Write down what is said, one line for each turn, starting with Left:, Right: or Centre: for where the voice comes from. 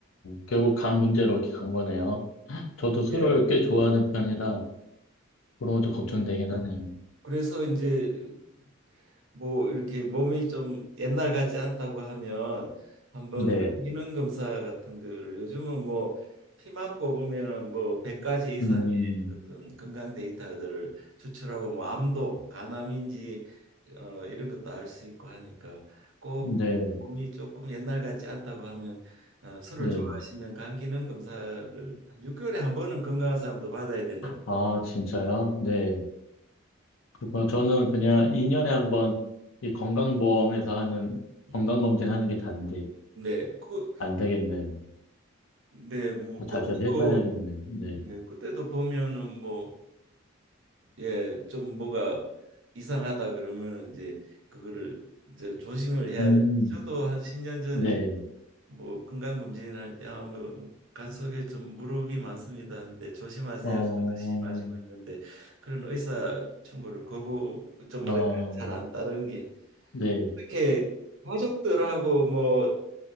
Left: 결국
Right: 예.
Left: 간 문제로 이렇게 간 거네요. 저도
Right: 네.
Left: 술을 꽤 좋아하는 편이라, 그런 것도 걱정되긴 하네요.
Right: 그래서 이제 뭐 이렇게 몸이 좀 옛날 같지 않다고 하면 한번
Left: 네.
Right: 기능 검사 같은 거를 요즘은 뭐 피만 뽑으면은 뭐 100가지 이상의
Left: 음,
Right: 어떤 건강 데이터들을 추출하고 뭐 암도 간암인지 어 이런 것도 알 수 있고 하니까 꼭
Left: 네,
Right: 몸이 조금 옛날 같지 않다고 하면 어, 술을
Left: 네.
Right: 좋아하시면 간 기능 검사를 한 6개월에 한 번은 건강한 사람도 받아야 된다고
Left: 아, 진짜요? 네. 그거 저는 그냥 2년에 한 번 이 건강보험에서 하는
Right: 그러더라고요. 음.
Left: 건강검진 하는 게 단데,
Right: 네, 그,
Left: 안 되겠네요.
Right: 네, 뭐
Left: 더 자주
Right: 그때도
Left: 해봐야겠네요. 네.
Right: 예, 그때도 보면은 뭐, 예, 좀 뭐가 이상하다 그러면은 이제 그거를 이제 조심을 해야
Left: 음,
Right: 되는데 저도 한 10년 전에
Left: 네.
Right: 뭐 건강검진 할 때 아 뭐 간속에 좀 물혹이 많습니다. 근데 조심하세요.
Left: 어,
Right: 술 드시지 마시고 있는데 그런 의사 충고를 거부 좀
Left: 어,
Right: 뭐랄까 잘 안 따른 게
Left: 네.
Right: 이렇게 가족들하고 뭐